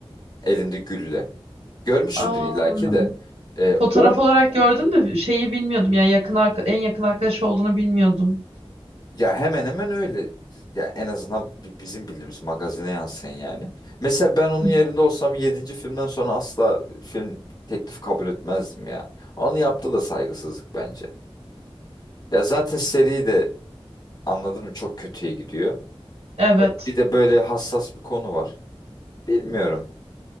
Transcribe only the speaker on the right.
Aa,
fotoğraf
olarak gördüm de şeyi bilmiyordum. Yani yakın arka- en yakın arkadaş olduğunu bilmiyordum.
Hı.
Evet.